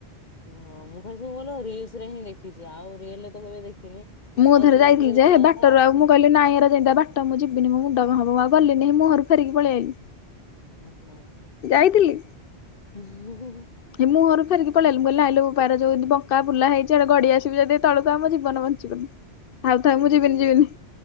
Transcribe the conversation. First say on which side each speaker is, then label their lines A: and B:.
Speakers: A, on the left; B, on the left.
A: ଓ ମୁଁ ଖାଲି ସବୁ ଭଲ ରିଲସ ରେ ହିଁ ଦେଖିଛି ଆଉ ରିଲ ରେ ତ କେବେ ଦେଖିନି।
B: ମୁଁ
A: ତ
B: ଥରେ
A: ରିଲସ
B: ଯାଇଥିଲି
A: ରେ
B: ଯେ
A: ଦେଖିବା
B: ହେ
A: କଥା
B: ବାଟରୁ ଆଉ ମୁଁ କହିଲି ନାଇଁ ଏରା ଯେଉଁ ତିଆ ବାଟ ମୁଁ ଯିବିନି ମୋ ମୁଣ୍ଡ ହବ ଆଉ ଗଲିିନି ମୁଁହ ରୁ ଫେରିକି ପଳେଇ ଆଇଲି।
A: ହୁଁ ହୁଁ।
B: ଯାଇଥିଲି।
A: <unintelligible>
B: ମୁହଁରୁ ଫେରିକି ପଳିଆଇଲି ମୁଁ କହିଲି ନାଇ ଲୋ ବୋପା ପାର ଯି ବଙ୍କା ବୁଲା ହେଇଛି ଆଡେ ଗଡି ଆସିବି ଯଦି ତଳକୁ ଆଉ ମୋ ଜୀବନ ବ ଥାଉ ଥାଉ ମୁଁ ଯିବିନି ଯିବିନି।